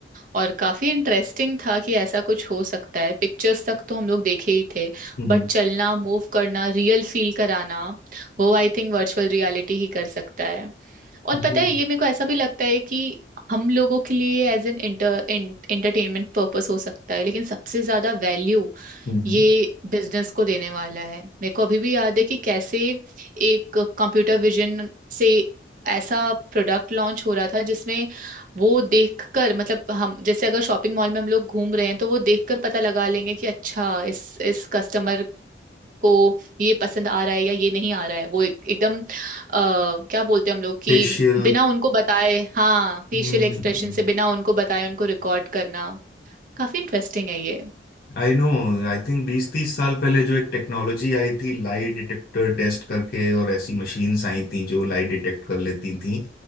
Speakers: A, on the right; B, on the left.
A: और काफी इंटरेस्टिंग था कि ऐसा कुछ हो सकता है पिक्चर्स तक तो हम लोग देखे ही थे
B: हम्म
A: बट चलना मूव करना रियल फील कराना वो आई थिंक वर्चुअल रियलिटी ही कर सकता है और
B: जी
A: पता है ये मेरे को ऐसा भी लगता है कि हम लोगों के लिए एज एन एंटरटेनमेंट पर्पस हो सकता है लेकिन सबसे ज्यादा वैल्यू
B: Hmm
A: ये बिजनेस को देने वाला है मेरे को अभी भी याद है कि कैसे एक कंप्यूटर विजन से ऐसा प्रोडक्ट लॉन्च हो रहा था जिसमें वो देखकर मतलब हम जैसे अगर शॉपिंग मॉल में हम लोग घूम रहे हैं तो वो देखकर पता लगा लेंगे कि अच्छा इस इस कस्टमर को ये पसंद आ रहा है या ये नहीं आ रहा है वो एक, एकदम आ, क्या बोलते हैं हम लोग कि
B: Facial
A: बिना उनको बताए हाँ फेशियल
B: Hmm
A: एक्सप्रेशन से बिना उनको बताए उनको रिकॉर्ड करना काफी इंटरेस्टिंग है ये
B: I know I think बीस तीस साल पहले जो एक टेक्नोलॉजी आई थी लाई डिटेक्टर टेस्ट करके और ऐसी मशीन्स आई थी जो लाई डिटेक्ट कर लेती थी